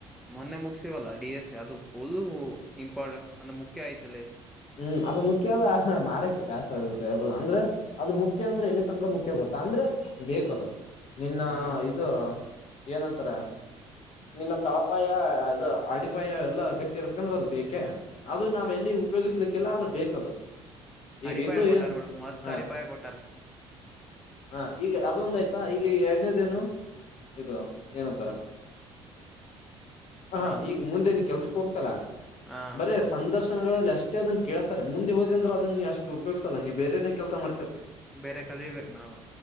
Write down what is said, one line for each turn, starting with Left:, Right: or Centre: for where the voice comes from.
Centre: ಮೊನ್ನೆ ಮುಗಸಿವಲ್ಲಾ ಡಿ ಎಸ್ ಎ ಅದು ಫುಲ್ ಇಂಪಾರ್ಟ ಅಂದ್ರೆ ಮುಖ್ಯ ಐ್ತಲ್ಲೇ
Left: ಹ್ಮ್ ಅದು ಮುಖ್ಯವ ಮಾಡೆ ಬೇಸರ ಆಗುತ್ತೆ ಎಲ್ಲ ಅಂದ್ರೆ ಅದು ಮುಖ್ಯ ಅಂದ್ರೆ ಇಲ್ಲಿರ್ ತನಕ ಮುಖ್ಯ ಗೊತ್ತಾ ಅಂದ್ರೆ ಬೇಕದು ನಿನ್ನ
Centre: ಹಾ
Left: ಇದು ಏನತ್ತಾರೆ ನಿನ್ನ ತಳಪಾಯ ಅದು ಅಡಿಪಾಯ ಎಲ್ಲ ಗಟ್ಟಿ ಇರ್ಬೇಕಂದ್ರೆ ಅದು ಬೇಕೇ ಅದು ನಾವ್ ಎಲ್ಲಿ ಉಪಯೋಗಿಸ್ಲಿಕ್ಕೆಲ್ಲ ಆದು ಬೇಕದು ಈಗ
Centre: ಅಡಿಪಾಯ
Left: ಇದು
Centre: ಕೊಟ್ಟಾರ
Left: ಏನ್
Centre: ಬಿಡ ಮಸ್ತ್
Left: ಹ
Centre: ಅಡಿಪಾಯ ಕೊಟ್ಟಾರ್
Left: ಹಾ ಈಗ ಅದೊಂದ ಆಯ್ತಾ ಈಗ ಎರಡನೇದೇನು ಇದು ಏನೊಂತರ
Centre: <inaudible>
Left: ಹಾ
Centre: ಯಾವ್ದು
Left: ಈಗ ಮುಂದೆ ನಿ ಕೆಲ್ಸಕ್ ಹೋಗ್ತಲ
Centre: ಹಾ
Left: ಬರೇ ಸಂದರ್ಶನಗಳಲ್ಲಿ ಅಷ್ಟೇ ಅದನ್ ಕೇಳತಾರೆ ಮುಂದೆ ಹೋದ ಅಂದ್ರೆಅದ ಅಷ್ಟ ಉಪೋಗ್ಸಲ್ಲ ನೀವು ಬೇರೆೇ ಕೆಲಸ ಮಾಡತ
Centre: ಬೇರೆ ಕಲಿಬೇಕು ನಾವು